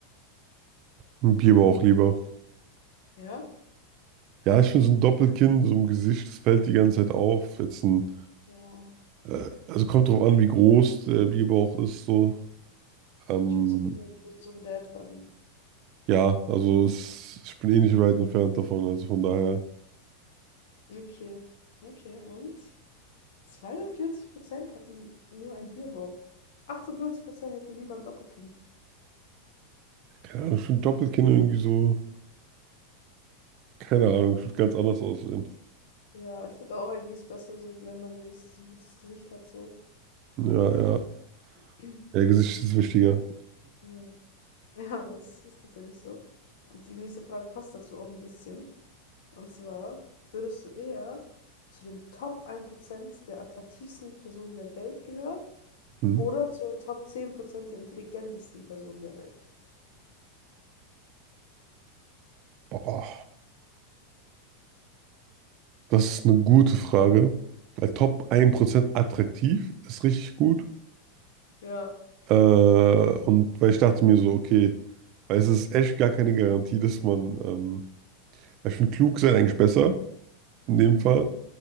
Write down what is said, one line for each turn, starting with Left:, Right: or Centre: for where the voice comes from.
Right: Ein Bier aber auch lieber.
Left: Ja?
Right: Ja, ich finde so ein Doppelkinn, so ein Gesicht, das fällt die ganze Zeit auf. Jetzt ein,
Left: Ja,
Right: äh, also kommt drauf an, wie groß der Bierbauch ist, so. Ähm,
Left: ich würde sagen, so, ein- so, ein- so ein Dad Buddy.
Right: ja, also es, ich bin eh nicht weit entfernt davon, also von daher,
Left: Okay, okay, und 42% hätten nur einen Bierbauch, 48% hätten lieber ein Doppelkinn.
Right: keine Ahnung, ich finde Doppelkinn irgendwie so, keine Ahnung, ich würde ganz anders aussehen.
Left: Ja, ich finde auch eigentlich ist besser, so, wenn man wenigstens ein gutes Gesicht hat, so.
Right: Ja, ja.
Left: <clears throat>
Right: Ja, Gesicht ist wichtiger.
Left: Ja, ja, es ist tatsächlich so. Und die nächste Frage passt dazu auch ein bisschen. Und zwar, würdest du eher zu den Top ein Prozent der attraktivsten Personen der Welt gehören
Right: Hm.
Left: oder zu den Top 10% der intelligentesten Personen der Welt?
Right: Boah, das ist eine gute Frage. Weil Top ein Prozent attraktiv ist richtig gut.
Left: Ja.
Right: Äh, und weil ich dachte mir so, okay, weil es ist echt gar keine Garantie, dass man, ähm, weil ich finde, klug sein eigentlich besser, in dem Fall,
Left: Mhm.